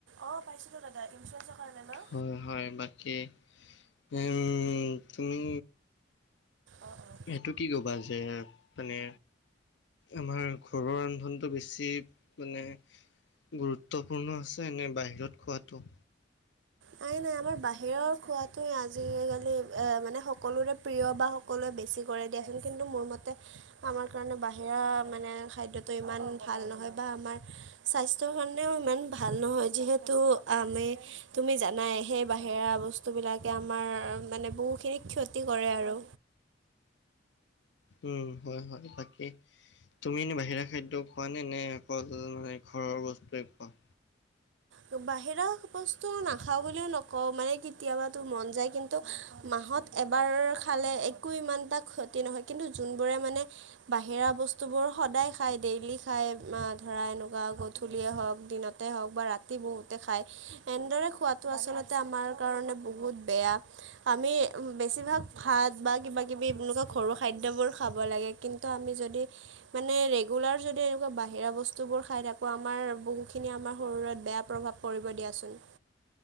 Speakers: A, on the right (about 70°); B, on the left (about 65°).
A: অ পাইছোতো দাদা ইঞ্চুৰেঞ্চৰ কাৰণে ন
B: হয় হয় বাকী উম তুমি
A: অ অ।
B: সেইটো কি ক'বা? যে মানে আমাৰ ঘৰৰ ৰন্ধনটো বেছি মানে গুৰুত্বপুৰ্ণ আছে নে বাহিৰত খোৱাটো?
A: নাই নাই আমাৰ বাহিৰৰ খোৱাটো আজিকালি এ মানে সকলোৰে প্ৰিয় বা সক সকলোৱে বেছি কৰে দিয়াচোন কিন্তু মোৰ মতে আমাৰ কাৰণে বাহিৰা মানে খাদ্যটো ইমান ভাল নহয় বা আমাৰ স্বাস্থ্যৰ কাৰণেও ইমান ভাল নহয় যিহেতু আমি তুমি জানাই সেই বাহিৰা বস্তুবিলাকে আমাৰ মানে বহুখিনি ক্ষতি কৰে আৰু।
B: উম হয় হয়। বাকী তুমি এনে বাহিৰা খাদ্য খোৱা নে নে অকল মানে ঘৰৰ বস্তুৱে খোৱা?
A: তো বাহিৰা বস্তু নাখাওঁ বুলিও নকওঁ মানে কেতিয়াবাটো মন যায় কিন্তু মাহত এবাৰ খালে একো ইমান এটা ক্ষতি নহয় কিন্তু যোনবোৰে মানে বাহিৰা বস্তুবোৰ সদায় খায় ডেইলি খায় অমা ধৰা এনেকুৱা গধূলিয়ে হওঁক দিনতে হওঁক বা ৰাতি বহুতে খায়। এনেদৰে খোৱাটো আচলতে আমাৰ কাৰণে বহুত বেয়া। আমি উম বেছিভাগ ভাত বা কিবা কিবি এনেকুৱা ঘৰুৱা খাদ্যবোৰ খাব লাগে। কিন্তু আমি যদি মানে ৰেগুলাৰ যদি এনেকুৱা বাহিৰা বস্তুবোৰ খাই থাকোঁ আমাৰ বহুখিনি আমাৰ শৰীৰত বেয়া প্ৰভাৱ পৰিব দিয়াচোন।